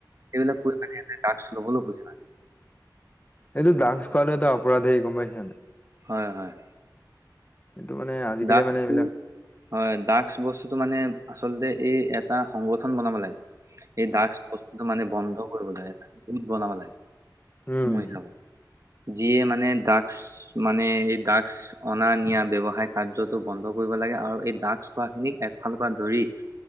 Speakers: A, on the right; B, on the left.
A: সেইবিলাক কৰি মানে, এহঁতে ড্ৰাগছ ল'বলৈ খোজে মানে।
B: এইটো, ড্ৰাগছ খোৱাটো, এটা অপৰাধ হে গম পাইছা নাই?
A: হয়, হয়।
B: সেইটো মানে, আজিকালি
A: ড্ৰগছটো
B: মানে এইবিলাক
A: হয়! ড্ৰাগছ বস্তুটো মানে, আচলতে এই, এটা সংগঠন বনাব লাগে। এই ড্ৰাগছ বস্তুটো মানে, বন্ধ কৰিব লাগে। এটা গোট বনাব লাগে।
B: উম,
A: মোৰ হিচাপত, যিয়ে মানে, ড্ৰাগছ মানে, এই ড্ৰাগছ অনা-নিয়া ব্যৱসায় কাৰ্যটো বন্ধ কৰিব লাগে। আৰু এই, দ্ৰাগছ খোৱাখিনিক এফালৰ পৰা ধৰি,